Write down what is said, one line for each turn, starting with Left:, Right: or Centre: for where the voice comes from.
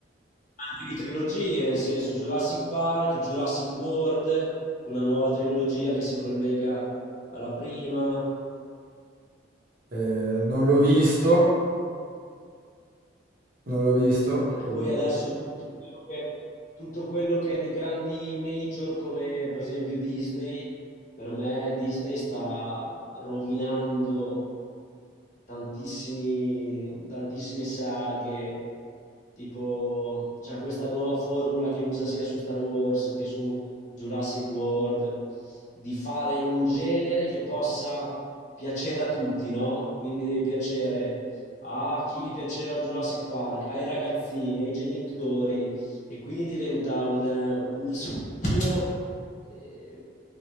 Left: anche di trilogie, nel senso Jurassic Park, Jurassic World, con una nuova trilogia che si collega alla prima,
Right: Eh, non l'ho visto, non l'ho visto.
Left: Eh,
Right: perché-
Left: e poi adesso tutto quello che, tutto quello che è di grandi major come per esempio Disney, per me Disney sta rovinando tantissimi, tantissime saghe, tipo c'è questa nuova formula che usa sia su Star Wars che su Jurassic World, di fare un genere che possa piacere a tutti, no? Quindi deve piacere a chi gli piaceva Jurassic Park, ai ragazzini, ai genitori, e quindi diventa un, un mischio eh,